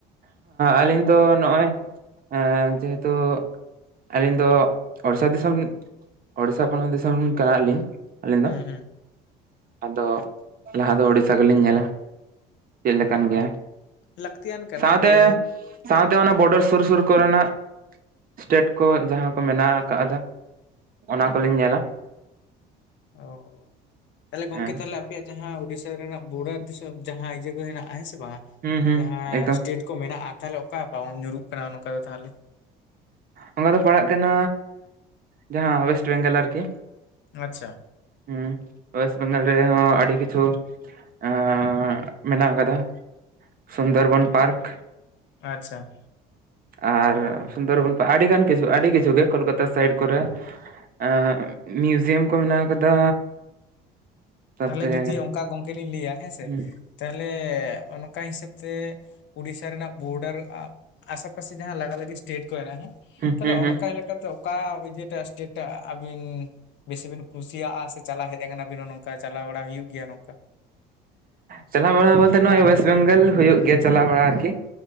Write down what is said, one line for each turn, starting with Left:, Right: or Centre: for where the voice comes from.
Right: ᱟᱹᱞᱤᱧ ᱫᱚ ᱱᱚᱜ-ᱚᱭ ᱮᱸ ᱡᱮᱦᱮᱛᱩ ᱟᱹᱞᱤᱧ ᱫᱚ ᱚᱲᱤᱥᱟ ᱫᱤᱥᱚᱢ ᱚᱲᱤᱥᱟ ᱯᱚᱱᱚᱛ ᱫᱤᱥᱚᱢ ᱮᱱ ᱠᱟᱱᱟᱞᱤᱧ ᱟᱹᱞᱤᱧᱫᱚ,
Left: ᱦᱩᱸ ᱦᱩᱸ
Right: ᱟᱫᱚ ᱞᱟᱦᱟ ᱫᱚ ᱳᱲᱤᱥᱥᱟ ᱜᱮᱞᱤᱧ ᱧᱮᱞᱟ, ᱪᱮᱫ ᱞᱮᱠᱟᱱ
Left: ᱚᱸ
Right: ᱜᱮᱭᱟ
Left: ᱞᱟᱹᱠᱛᱤᱭᱟᱱ ᱠᱟᱱᱟ
Right: ᱥᱟᱶᱛᱮ
Left: ᱡᱮ
Right: ᱥᱟᱶᱛᱮ ᱚᱱᱟ ᱵᱚᱰᱟᱨ ᱥᱩᱨ ᱥᱩᱨ ᱠᱚᱨᱮᱱᱟᱜ ᱥᱴᱮᱴ ᱠᱚ ᱡᱟᱦᱟᱸ ᱠᱚ ᱢᱮᱱᱟᱜ ᱟᱠᱟᱫᱟ ᱚᱱᱟ ᱠᱚᱞᱤᱧ ᱧᱮᱞᱟ,
Left: ᱚ ᱛᱟᱦᱞᱮ ᱜᱚᱝᱠᱮ
Right: ᱦᱮᱸ
Left: ᱛᱟᱦᱞᱮ ᱟᱯᱮᱭᱟᱜ ᱡᱟᱦᱟᱸ ᱩᱰᱤᱥᱥᱟ ᱨᱮᱱᱟᱜ ᱵᱳᱰᱟᱨ ᱫᱤᱥᱚᱢ ᱡᱟᱦᱟᱸ ᱤᱭᱟᱹ ᱠᱚ ᱦᱮᱱᱟᱜ-ᱟ ᱦᱮᱸ ᱥᱮ ᱵᱟᱝ
Right: ᱦᱩᱸ ᱦᱩᱸ
Left: ᱡᱟᱦᱟᱸ
Right: ᱮᱠᱫᱚᱢ
Left: ᱥᱴᱮᱴ ᱠᱚ ᱢᱮᱱᱟᱜ-ᱟ ᱛᱟᱦᱞᱮ ᱚᱠᱟ ᱟᱠᱟ ᱧᱩᱨᱩᱜ ᱠᱟᱱᱟ ᱱᱚᱝᱠᱟ ᱫᱚ ᱛᱟᱦᱞᱮ?
Right: ᱚᱝᱠᱟ ᱫᱚ ᱯᱟᱲᱟᱜ ᱠᱟᱱᱟ ᱡᱟᱦᱟᱸ ᱚᱣᱮᱥᱴ ᱵᱮᱝᱜᱮᱞ ᱟᱨᱠᱤ,
Left: ᱟᱪᱪᱷᱟ
Right: ᱦᱩᱸ ᱚᱣᱮᱥᱴ ᱵᱮᱝᱜᱟᱞ ᱨᱮᱦᱚᱸ ᱟᱹᱰᱤ ᱠᱤᱪᱷᱩ ᱮᱸᱻ ᱢᱮᱱᱟᱜ ᱟᱠᱟᱫᱟ ᱥᱩᱱᱫᱚᱨᱵᱚᱱ ᱯᱟᱨᱠᱷ
Left: ᱟᱪᱷᱟ
Right: ᱟᱨ ᱥᱩᱱᱫᱚᱨᱵᱚᱱ ᱟᱹᱰᱤᱜᱟᱱ ᱠᱤᱪᱷᱩ ᱟᱹᱰᱤ ᱠᱤᱪᱷᱩ ᱜᱮ ᱠᱳᱞᱠᱟᱛᱟ ᱥᱟᱭᱤᱴ ᱠᱚᱨᱮ ᱮᱸᱜ ᱢᱤᱭᱩᱡᱤᱭᱟᱢ ᱠᱚ ᱢᱮᱱᱟᱣ ᱟᱠᱟᱫᱟ, ᱛᱟᱯᱚᱨᱮ
Left: ᱛᱟᱦᱚᱞᱮ ᱡᱩᱫᱤ ᱚᱝᱠᱟ ᱜᱚᱢᱠᱮ ᱞᱤᱧ ᱞᱮᱹᱭᱟ ᱦᱮᱸᱥᱮ
Right: ᱦᱩᱸ
Left: ᱛᱟᱦᱞᱮ ᱚᱱᱠᱟ ᱦᱤᱸᱥᱟᱹᱯ ᱛᱮ ᱩᱰᱤᱥᱥᱟ ᱨᱮᱱᱟᱜ ᱵᱳᱰᱟᱨ ᱟᱥᱮ ᱯᱟᱥᱮ ᱡᱟᱦᱟᱸ ᱞᱟᱜᱟᱞᱟᱹᱜᱤ ᱥᱴᱮᱴ ᱠᱚ ᱦᱮᱸᱱᱟᱜᱟ ᱦᱮᱸ
Right: ᱦᱩᱸ
Left: ᱛᱟᱦᱞᱮ
Right: ᱦᱩᱸ
Left: ᱚᱱᱠᱟ ᱞᱮᱠᱟᱛᱮ ᱚᱠᱟ ᱤᱡᱟᱹᱴᱟᱜ ᱥᱴᱮᱴᱟᱜ ᱟᱹᱵᱤᱱ ᱵᱤᱥᱤᱵᱮᱱ ᱠᱩᱥᱤᱭᱟᱜ-ᱟ ᱥᱮ ᱪᱟᱞᱟᱣ ᱦᱮᱡ ᱠᱟᱱᱟᱵᱤᱱ ᱚᱱᱚ ᱠᱟ ᱪᱟᱞᱟᱣ ᱵᱟᱲᱟ ᱦᱩᱭᱩᱜ ᱜᱮᱭᱟ ᱱᱚᱠᱟ
Right: ᱪᱟᱞᱟᱣ ᱵᱟᱲᱟ ᱵᱚᱞᱛᱮ ᱱᱚᱜ-ᱚᱭ ᱚᱣᱮᱥᱴ ᱵᱮᱝᱜᱟᱞ ᱦᱩᱭᱩᱜ ᱜᱮᱭᱟ ᱪᱟᱞᱟᱣ ᱵᱟᱲᱟ ᱟᱨᱠᱤ,